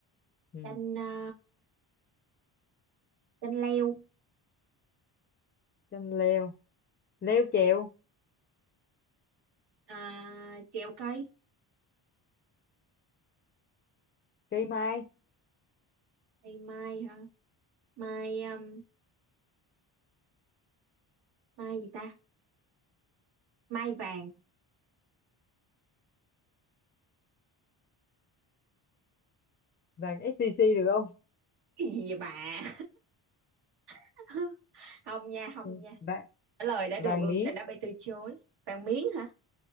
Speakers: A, on the left (about 25°); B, on the right (about 65°).
A: ừ.
B: Chanh ờ, chanh leo,
A: chanh leo leo trèo
B: Ờ, trèo cây,
A: cây mai
B: cây mai hả? Mai ờm, mai gì ta? Mai vàng.
A: vàng SCC được không
B: Cái gì vậy bà? <laughs> Không nha, không
A: ừ.
B: nha.
A: vàng
B: trả lời đã
A: vàng
B: được
A: miếng
B: đã bị từ chối vàng miếng hả